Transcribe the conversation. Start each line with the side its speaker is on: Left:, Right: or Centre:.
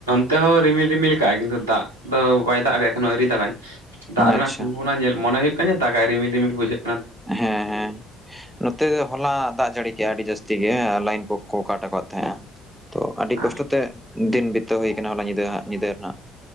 Right: ᱱᱚᱛᱮ ᱦᱚᱸ ᱨᱤᱢᱤᱞ ᱨᱤᱢᱤᱞ ᱠᱟᱜ ᱟᱭ ᱠᱤᱱᱛᱩ ᱫᱟᱜ ᱫᱚ ᱵᱟᱭ ᱫᱟᱜ ᱠᱟᱜ-ᱟ ᱮᱠᱷᱚᱱᱳ ᱟᱹᱣᱨᱤ ᱫᱟᱜᱟᱭ ᱾ ᱫᱟᱜ ᱨᱮᱱᱟᱜ
Centre: ᱟᱪᱪᱷᱟ
Right: ᱥᱚᱢᱵᱷᱚᱵᱚᱱᱟ ᱧᱮᱞ ᱢᱚᱱᱮ ᱦᱩᱭᱩᱜ ᱠᱟᱱᱟ ᱡᱮ ᱫᱟᱜᱟᱭ ᱨᱤᱢᱤᱞ ᱨᱤᱢᱤᱞ ᱵᱩᱡᱷᱟᱹᱜᱼᱼ
Centre: ᱦᱮᱸ ᱦᱮᱸ ᱾ ᱱᱚᱛᱮ ᱫᱚ ᱦᱚᱞᱟ ᱫᱟᱜ ᱡᱟᱹᱲᱤ ᱠᱮᱫᱼᱟᱭ ᱟᱹᱰᱤ ᱡᱟᱹᱥᱛᱤ ᱜᱮ ᱞᱟᱭᱤᱱ ᱠᱚᱠᱚ ᱠᱟᱴ ᱟᱠᱟᱫ ᱛᱟᱦᱮᱸᱜᱼᱟ ᱾ ᱛᱚ ᱟᱹᱰᱤ
Right: ᱦᱮᱸ
Centre: ᱠᱚᱥᱴᱚ ᱛᱮ, ᱫᱤᱱ ᱵᱤᱛᱟᱹᱣ ᱦᱩᱭ ᱠᱟᱱᱟ ᱦᱚᱞᱟ ᱧᱤᱫᱟᱹ ᱦᱟᱸᱜ ᱧᱤᱫᱟᱹ ᱨᱮᱱᱟᱜᱼᱼ